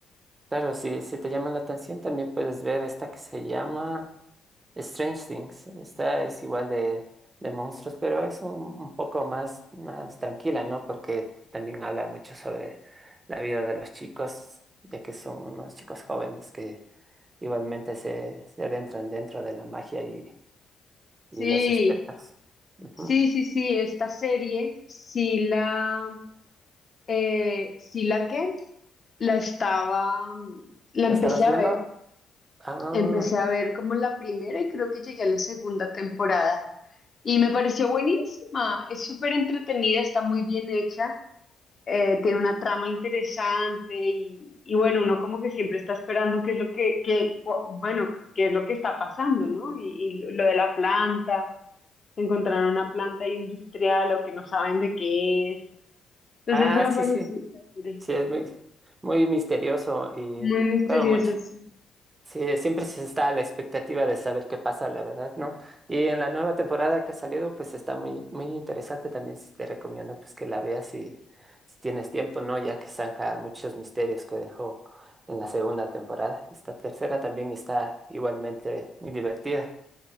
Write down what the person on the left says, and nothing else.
Sí.
Sí, sí, sí, esta serie, sí la, eh, sí la que la estaba, mm, la
empecé
a
ver,
empecé a ver como la primera y creo que llegué a la segunda temporada y me pareció buenísima, es súper entretenida, está muy bien hecha, eh, tiene una trama interesante y, y bueno, uno como que siempre está esperando qué es lo que, que, bueno, qué es lo que está pasando, ¿no? Y, y lo de la planta encontraron una planta industrial o que no saben de qué es. Entonces
eso me
pareció
chévere,
muy misterioso,
sí.